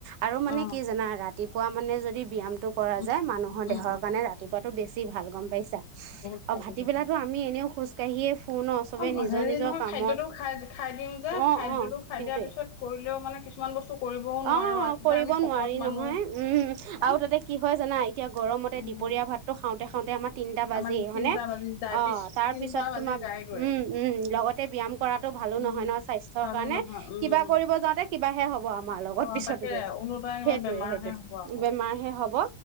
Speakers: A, on the right; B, on the left.
A: আৰু মানে
B: অ
A: কি জানা ৰাতিপুৱা মানে যদি ব্যায়ামটো ক-
B: উম
A: যে মানুহৰ দেহৰ
B: উম
A: কাৰণে ৰাতিপুৱাতো বেছি ভাল, গ'ম পাইছা?
B: বহুত
A: আৰু
B: ভাল
A: ভাটি
B: বহুত
A: বেলাটো
B: ভাল
A: আ- মি এনেও খোজকাঢ়িয়ে ফো- ফুৰু ন, চবে
B: অ
A: নিজৰ
B: হেৰি
A: নিজৰ
B: নহয়
A: কামত,
B: খাদ্যটো খাই খাই দিওঁ যে
A: অঁ'
B: খাদ্যটো
A: অঁ'
B: খাই
A: সেইটোয়ে।
B: দিয়াৰ পিছত কৰিলেও মানে কিছুমান বস্তু কৰিবও নোৱাৰো
A: অঁ'
B: আচলতে
A: কৰিব
B: আমি শকত
A: নোৱাৰি
B: মানুহ
A: নহয় উম'
B: নে,
A: আৰু তাতে কি হয়- জানা, এতিয়া গৰমতে
B: উম
A: দুপৰীয়া ভাতটো খাওঁতে খাওঁতে আমাৰ- তিনটা বাজেই
B: আমাৰ তিনটা
A: হয়নে?
B: বাজি যায়
A: অঁ'
B: পিছ
A: তাৰ
B: তিনটা
A: পিছত
B: বাজি
A: তোমাৰ
B: যায়গৈ
A: উম উম লগতে ব্যায়াম- কৰাটো ভালো
B: উম
A: নহয় নহয় স্বাস্থ্যৰ
B: ভালো
A: কাৰণে,
B: নহয় উম
A: কিবা কৰিব যাওঁতে কিবাহে হ'ব আমাৰ লগত
B: অ
A: পিছত।
B: তাকে ওলোটাই কিবা
A: সেইটোয়ে
B: বেমাৰহে
A: সেইটোৱে,
B: হ'ব আকৌ
A: বেমাৰহে হ'ব।